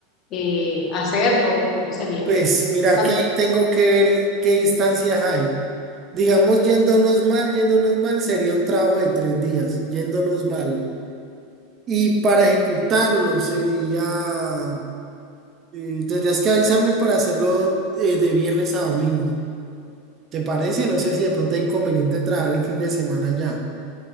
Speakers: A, on the left (about 45°); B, on the right (about 35°).
A: eh, hacerlo? ¿Cómo sería?
B: Pues mira
A: Cuan-
B: que ahí tengo que ver qué distancias hay. Digamos, yéndonos mal, yéndonos mal, sería un trabajo de tres días, yéndonos mal. Y para ejecutarlo sería, eh, tendrías que avisarme para hacerlo eh, de viernes a domingo. ¿Te parece? No sé si de pronto hay inconveniente trabajar el fin de semana ya.